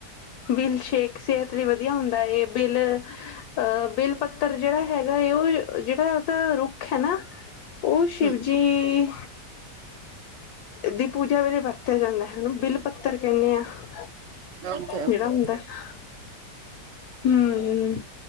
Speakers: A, on the left; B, on the right.
A: ਬਿਲ ਸ਼ੇਕ ਸਿਹਤ ਲਈ ਵਧੀਆ ਹੁੰਦਾ ਹੈ, ਬਿਲ ਅਹ ਬਿੱਲ ਪੱਤਰ ਜਿਹੜਾ ਹੈਗਾ ਉਹ ਜਿਹੜਾ ਉਹਦਾ ਰੁੱਖ ਹੈ ਨਾ ਉਹ ਸ਼ਿਵਜੀ
B: ਹਮ
A: ਦੀ ਪੂਜਾ ਵੇਲੇ ਵਰਤਿਆ ਜਾਂਦਾ ਹੈ ਐਨੂੰ ਬਿੱਲ ਪੱਤਰ ਕਹਿੰਦੇ ਹ
B: ਓਕੇ ਓਕੇ
A: ਜਿਹੜਾ ਹੁੰਦਾ ਹੈ, ਹੂ ਹੂ